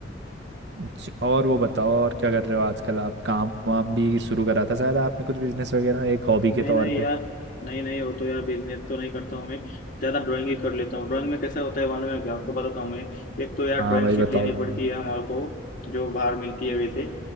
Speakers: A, on the right; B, on the left.
A: अच्छा और वो बताओ और क्या कर रहे हो आजकल आप काम वाम भी शुरू करा था शायद आपने कुछ बिजनेस वगैरह एक हॉबी के
B: नहीं
A: तौर
B: नहीं यार
A: पे
B: नहीं नहीं वो तो यार बिजनेस तो नहीं करता हूँ मैं ज्यादा ड्राइंग ही कर लेता हूँ ड्राइंग में कैसा होता है मालूम है क्या? आपको बताता हूँ मैं एक तो यार
A: हाँ
B: ड्राइंग
A: भाई
B: शीट
A: बताओ
B: लेनी
A: बंदा
B: पड़ती है हमारे को जो बाहर मिलती है वैसे